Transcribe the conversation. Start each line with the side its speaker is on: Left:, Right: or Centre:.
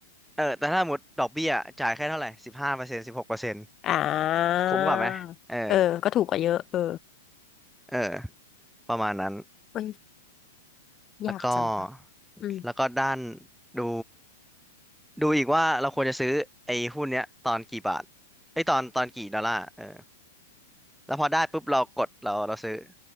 Centre: เออแต่ถ้าสมมติดอกเบี้ยจ่ายแค่เท่าไหร่สิบห้าเปอร์เซ็นต์สิบหกเปอร์เซ็นต์
Left: อ่า
Centre: คุ้มกว่าไหมเออ
Left: เออก็ถูกกว่าเยอะเออ
Centre: เออประมาณนั้น
Left: เอ้ย
Centre: แล้วก็
Left: ยากจังวะอืม
Centre: แล้วก็ด้านดูดูอีกว่าเราควรจะซื้อไอ้หุ้นเนี้ยตอนกี่บาทไอ้ยตอนตอนกี่ดอลลาร์เออแล้วพอได้ปุ๊บเรากดเราเราซื้อ